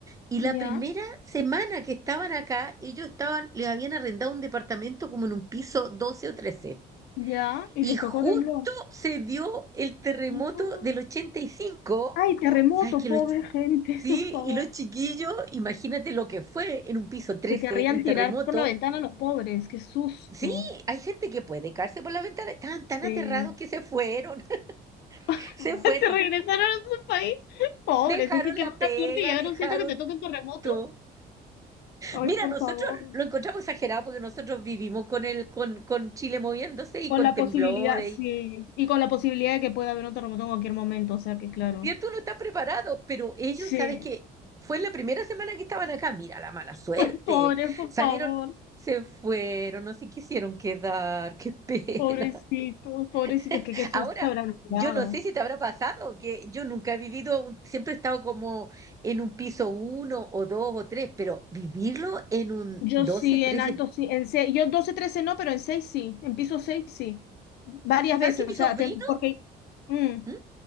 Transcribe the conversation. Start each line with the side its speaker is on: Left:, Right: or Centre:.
Right: y la
Left: ya,
Right: primera semana que estaban acá, ellos estaban, les habían arrendado un departamento como en un piso 12 o 13.
Left: ya. Y
Right: Y
Left: les
Right: justo
Left: tocó temblor.
Right: se dio el terremoto
Left: Oh,
Right: del ochenta y cinco,
Left: ay, terremoto,
Right: ¿Sabes que
Left: pobre
Right: Los, ch-
Left: gente,
Right: sí,
Left: <laughs> por favor.
Right: y los chiquillos, imagínate lo que fue en un piso 13
Left: Se querrían
Right: un
Left: tirar
Right: terremoto.
Left: por la ventana los pobres, qué susto.
Right: Sí, hay gente que puede caerse por la ventana. Estaban tan
Left: Sí.
Right: aterrados que se fueron, <laughs>
Left: Ah, <laughs>
Right: se fueron.
Left: Se regresaron a su país. Pobres,
Right: Dejaron
Left: es que qué
Right: la
Left: mala
Right: pega,
Left: suerte llegar
Right: dejaron
Left: a un sitio que te toque un terremoto.
Right: todo.
Left: Ay,
Right: Mira,
Left: por
Right: nosotros
Left: favor.
Right: lo encontramos exagerado porque nosotros vivimos con el, con, con Chile moviéndose y
Left: Con
Right: con
Left: la
Right: temblores
Left: posibilidad, sí. Y con la posibilidad de que pueda haber un terremoto en cualquier momento, o sea que claro.
Right: Cierto, uno está preparado, pero ellos,
Left: Sí,
Right: ¿sabes qué? Fue en la primera semana que estaban acá. Mira, la mala suerte.
Left: <laughs> Ay, pobre, por
Right: Salieron,
Left: favor.
Right: se fueron, no se quisieron quedar. Qué pena.
Left: Pobrecitos, pobrecitos,
Right: <laughs>
Left: que qué susto
Right: Ahora,
Left: habrán dado.
Right: yo no sé si te habrá pasado, que yo nunca he vivido, un- siempre he estado como en un piso uno o dos o tres, pero vivirlo en un
Left: Yo
Right: doce
Left: sí,
Right: trece
Left: en alto sí, en seis, yo 12 13 no, pero en 6 sí, en piso 6 sí. Varias
Right: ¿Sabes
Left: veces,
Right: qué? Mi
Left: o sea,
Right: sobrino.
Left: te- porque... mm,
Right: ¿Mm?